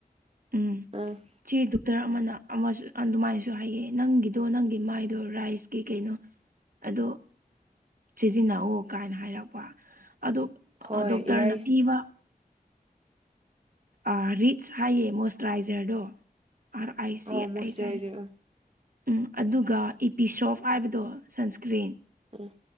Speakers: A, on the right; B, on the right.
A: ꯎꯝ
B: ꯑꯝ
A: ꯆꯦ ꯗꯣꯛꯇꯔ ꯑꯃꯅ ꯑꯃꯁ ꯑꯗꯨꯃꯥꯏꯅꯁꯨ ꯍꯥꯏꯌꯦ ꯅꯪꯒꯤꯗꯣ ꯅꯪꯒꯤ ꯃꯥꯏꯗꯣ ꯔꯥꯏꯁꯀꯤ ꯀꯩꯅꯣ ꯑꯗꯣ ꯁꯤꯖꯤꯟꯅꯑꯣ ꯀꯥꯏꯅ ꯍꯥꯏꯔꯛꯄ ꯑꯗꯣ
B: ꯍꯣꯏ
A: ꯗꯣꯛꯇꯔꯅ
B: ꯏꯔꯥꯏꯁ
A: ꯄꯤꯕ ꯑꯥ ꯔꯤꯆ ꯍꯥꯏꯌꯦ ꯃꯣꯏꯆꯔꯥꯏꯖꯔꯗꯣ ꯑꯥꯔ ꯑꯩꯥꯏ ꯁꯤ
B: ꯑꯥ ꯃꯣꯏꯆꯔꯥꯏꯖꯔ
A: ꯑꯩꯁ ꯍꯥꯏꯅ ꯎꯝ ꯑꯗꯨꯒ ꯏꯄꯤ ꯁꯣꯞ ꯍꯥꯏꯕꯗꯣ ꯁꯟꯁꯀ꯭ꯔꯤꯟ
B: ꯎꯝ